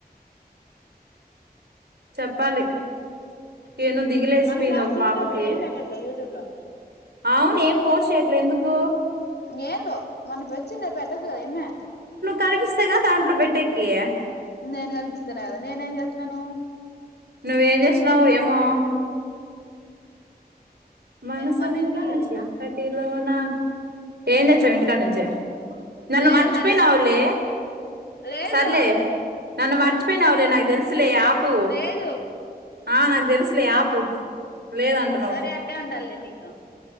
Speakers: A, on the right; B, on the left.
A: చెప్పాలి ఏన్నో దిగిలేసిపోయింది
B: మన క్లాస్
A: ఒక
B: యూట్యూబర్
A: పాపకి
B: ఏం పెట్టట్లే యూట్యూబ్ లో
A: అవును ఏం పోస్ చేయట్లే ఎందుకు
B: ఇంక ఏందో మన వచ్చింద పెట్టదు కదా ఏమే
A: కనిపిస్తాయి కద దాంట్లో బ పెట్టెకి
B: నేను కనిపిస్తన్నా కదా నేనే ఏం చేస్తున్నాను
A: నువ్వేం చేసినవు్ ఏమో మనసంతా
B: నేను మొన్న ఇంటికి వెళ్ళిలా
A: చీకటిలో నా ఏం తెచ్చావు ఇంటికాడ నుంచే నన్న
B: ఏందలే
A: మర్చపోయి నావలి
B: లేదు
A: సర్లే నన్ను మర్చిపోయినవలే నాకు తెలుసులే ఆపు
B: లేదు
A: ఆ నాంగ్ తెలుసులే ఆపు లేదంటున్నావు
B: సరే అట్టే ఉండాలి మీకు